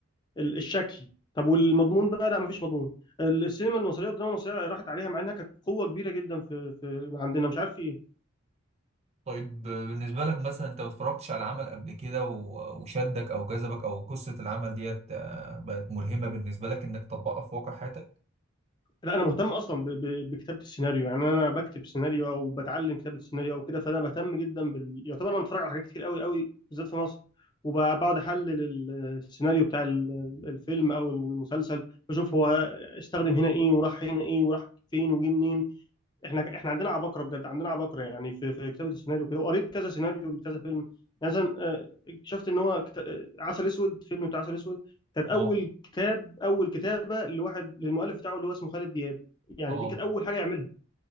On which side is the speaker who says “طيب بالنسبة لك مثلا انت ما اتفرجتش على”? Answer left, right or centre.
Right